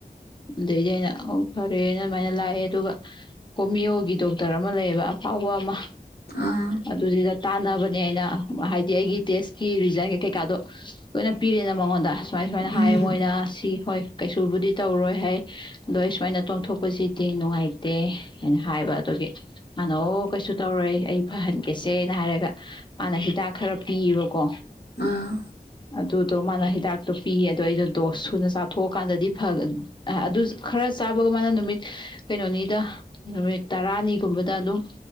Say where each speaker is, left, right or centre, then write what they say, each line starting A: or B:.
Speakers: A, on the left; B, on the left.
A: ꯑꯗꯨꯗꯩꯗꯤ ꯑꯩꯅ ꯑꯣ ꯐꯔꯦꯅ ꯑꯗꯨꯃꯥꯏꯅ ꯂꯥꯛꯑꯦ ꯑꯗꯨꯒ ꯍꯣꯃꯤꯌꯣꯒꯤ ꯗꯣꯛꯇꯔ ꯑꯃ ꯂꯩꯌꯦꯕ ꯑꯐꯥꯎꯕ ꯑꯃ
B: ꯑꯥ
A: ꯑꯗꯨꯗꯤꯗ ꯇꯥꯟꯅꯕ ꯑꯩꯗꯤ ꯑꯩꯅ ꯇꯦꯁꯀꯤ ꯔꯤꯖꯩꯟ ꯀꯩꯀꯥꯗꯣ ꯂꯣꯏꯅ ꯄꯤꯔꯤꯅ ꯃꯉꯣꯟꯗ ꯁꯨꯃꯥꯏ ꯁꯨꯃꯥꯏꯅ ꯍꯥꯏꯌꯦ
B: ꯎꯝ
A: ꯃꯣꯏꯅ ꯁꯤ ꯍꯣꯏ ꯀꯩꯁꯨꯕꯨꯗꯤ ꯇꯧꯔꯣꯏ ꯍꯥꯏ ꯑꯗꯣ ꯑꯩ ꯁꯨꯃꯥꯏꯅ ꯇꯣꯡꯊꯣꯛꯄꯁꯤꯗꯤ ꯅꯨꯡꯉꯥꯏꯇꯦ ꯍꯥꯏꯅ ꯍꯥꯏꯕ ꯑꯗꯨꯒꯤ ꯃꯥꯅ ꯑꯣ ꯀꯩꯁꯨ ꯇꯧꯔꯣꯏ ꯑꯩ ꯐꯍꯟꯒꯦꯁꯦꯅ ꯍꯥꯏꯔꯒ ꯃꯥꯅ ꯍꯤꯗꯥꯛ ꯈꯔ ꯄꯤꯌꯦꯕꯀꯣ
B: ꯑꯥ
A: ꯑꯗꯨꯗꯣ ꯃꯥꯅ ꯍꯤꯗꯥꯛꯇꯣ ꯄꯤꯌꯦ ꯑꯗꯣ ꯑꯩꯗꯣ ꯗꯣꯁ ꯁꯨꯅ ꯆꯥꯊꯣꯛꯑꯀꯥꯟꯗꯗꯤ ꯐꯒꯅ ꯑ ꯑꯗꯨ ꯈꯔ ꯆꯥꯕꯒ ꯃꯥꯅ ꯅꯨꯃꯤꯠ ꯀꯩꯅꯣꯅꯤꯗ ꯅꯨꯃꯤꯠ ꯇꯔꯥꯅꯤꯒꯨꯝꯕꯗ ꯑꯗꯨꯝ